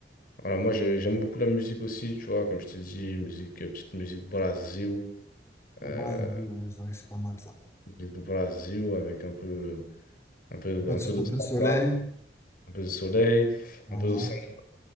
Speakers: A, on the left; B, on the left.
A: voilà, moi j'ai- j'aime beaucoup la musique aussi, tu vois, comme je t'ai dit, musique, euh, petite musique brasil,
B: Ouais,
A: euh,
B: bah, oui, ouais, c'est vrai que c'est pas mal ça.
A: musique de Brasil avec un peu, un peu,
B: Un peu
A: un
B: de, so,
A: peu de
B: un peu
A: samba.
B: de soleil,
A: un peu de soleil,
B: voilà.
A: un peu d'océan,